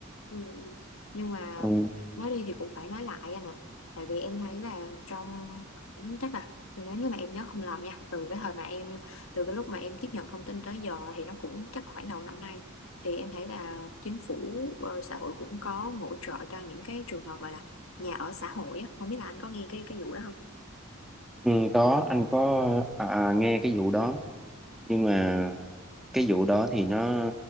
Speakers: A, on the left; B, in the centre.
A: Ừ. ừ. Nhưng mà
B: Ừ,
A: nói đi thì cũng phải nói lại anh ạ. Tại vì em thấy là trong khoảng chắc là nếu như mà em nhớ không lầm nha, từ cái thời mà em từ cái lúc mà em tiếp nhận thông tin tới giờ thì nó cũng chắc khoảng đầu năm nay thì em thấy là chính phủ ờ, xã hội cũng có hỗ trợ cho những cái trường hợp gọi là nhà ở xã hội á, không biết là anh có nghe cái cái vụ đó không?
B: Ừ, có anh có à, à, nghe cái vụ đó nhưng mà cái vụ đó thì nó